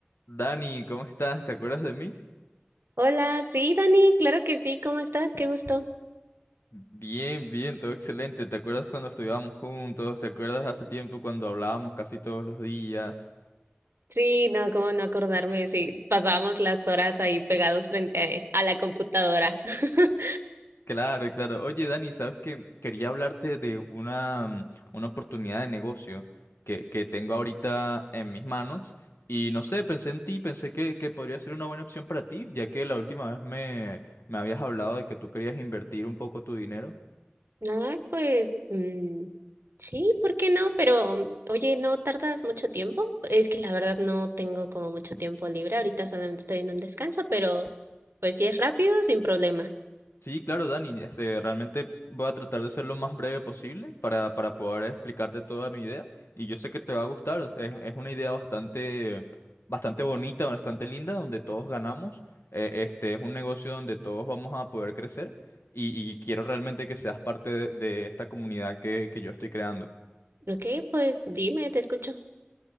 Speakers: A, on the left; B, on the right.
A: Dani, ¿cómo estás? ¿Te acuerdas de mí?
B: Hola, sí, Dani, claro que sí, ¿cómo estás? Qué gusto.
A: Bien, bien, todo excelente. ¿Te acuerdas cuando estudiábamos juntos? ¿Te acuerdas hace tiempo cuando hablábamos casi todos los días?
B: Sí, no, cómo no acordarme, sí, pasábamos las horas ahí pegados frente a, a la computadora. <laughs>
A: Claro, claro. Oye, Dani, ¿sabes qué? Quería hablarte de una, mm, una oportunidad de negocio que, que tengo ahorita en mis manos. Y no sé, pensé en ti, pensé que, que podría ser una buena opción para ti, ya que la última vez me, me habías hablado de que tú querías invertir un poco tu dinero.
B: Ah, pues, mm, sí, ¿por qué no? Pero, oye, ¿no tardas mucho tiempo? Es que la verdad no tengo como mucho tiempo libre, ahorita solamente estoy en un descanso, pero pues si es rápido, sin problema.
A: Sí, claro, Dani. Este, realmente voy a tratar de ser lo más breve posible para, para poder explicarte toda mi idea. Y yo sé que te va a gustar. Es, es una idea bastante, bastante bonita, bastante linda, donde todos ganamos. Eh, este es un negocio donde todos vamos a poder crecer. Y, y quiero realmente que seas parte de, de esta comunidad que, que yo estoy creando.
B: Ok, pues dime, te escucho.